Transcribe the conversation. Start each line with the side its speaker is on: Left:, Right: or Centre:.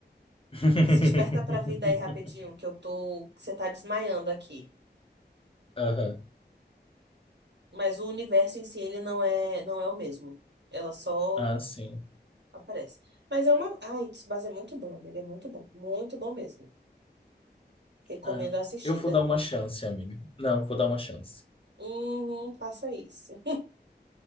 Left: <laughs>
Right: Se esperta pra vida aí rapidinho, que eu tô. que Você tá desmaiando aqui.
Left: Aham.
Right: Mas o universo em si, ele não é, não é o mesmo. Ela só
Left: Ah, sim.
Right: aparece. Mas é uma. Ai, Tsubasa é muito bom, ele é muito bom. Muito bom mesmo. Recomendo
Left: Ah,
Right: a assistida.
Left: eu vou dar uma chance, amiga. Não, vou dar uma chance.
Right: Uhum, faça isso.